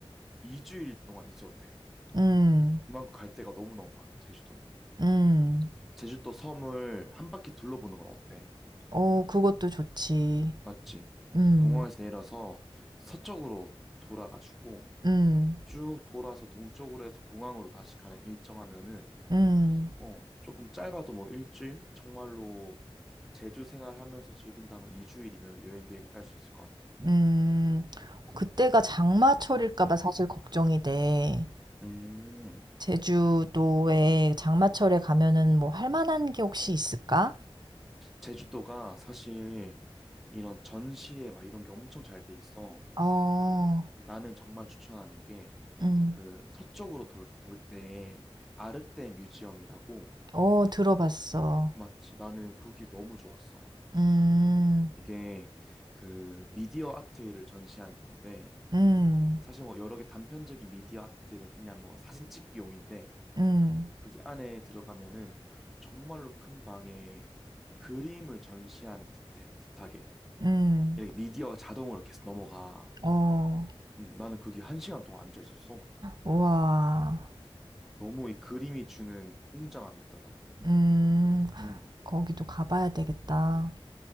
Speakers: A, in the centre; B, on the right.
A: 2주일 동안 있었대.
B: 음.
A: 그만큼 갈 데가 너무너무 많아, 제주도는.
B: 음.
A: 제주도 섬을 한 바퀴 둘러보는 건 어때?
B: 어, 그것도 좋지.
A: 맞지?
B: 음.
A: 공항에서 내려서 서쪽으로 돌아가지고
B: 음.
A: 쭉 돌아서 동쪽으로 해서 공항으로 다시 가는 일정하면은
B: 음.
A: 어, 조금 짧아도 뭐 일주일? 정말로 제주 생활하면서 즐긴다면 2주일이면 여행 계획을 짤 수 있을 것 같아.
B: 음. 그때가 장마철일까 봐 사실 걱정이 돼.
A: 음,
B: 제주도에 장마철에 가면은 뭐 할 만한 게 혹시 있을까?
A: 제주도가 사실 이런 전시회 막 이런 게 엄청 잘 돼 있어.
B: 어.
A: 나는 정말 추천하는 게
B: 음.
A: 그 서쪽으로 돌, 돌 때에 아르떼 뮤지엄이라고
B: 어, 들어봤어.
A: 맞지? 나는 그게 너무 좋았어.
B: 음.
A: 이게 그 미디어 아트를 전시하는데
B: 음.
A: 사실 뭐 여러 개 단편적인 미디어 아트는 그냥 뭐 사진 찍기용인데
B: 음.
A: 그게 안에 들어가면은 정말로 큰 방에 그림을 전시하는 듯해, 듯하게
B: 음.
A: 이렇게 미디어가 자동으로 계속 넘어가.
B: 어.
A: 음, 나는 그게 한 시간 동안 앉아 있었어.
B: 우와.
A: 너무 이 그림이 주는 웅장함이 있더라고.
B: 음.
A: 음.
B: 거기도 가 봐야 되겠다.